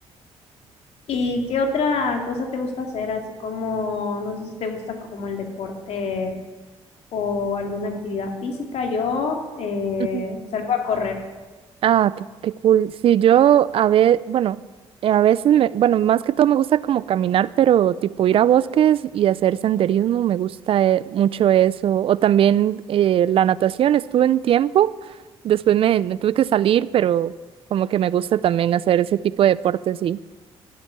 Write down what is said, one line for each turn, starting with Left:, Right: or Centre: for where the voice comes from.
Left: ¿Y qué otra cosa te gusta hacer? Así como, no sé si te gusta como el deporte o alguna actividad física. Yo eh,
Right: Ujú.
Left: salgo a correr.
Right: Ah, qué, qué cool. Sí, yo a ver, bueno, eh, a veces me, bueno, más que todo me gusta como caminar, pero tipo ir a bosques y hacer senderismo, me gusta eh, mucho eso. O también eh, la natación, estuve en tiempo, después me, me tuve que salir, pero como que me gusta también hacer ese tipo de deportes, sí.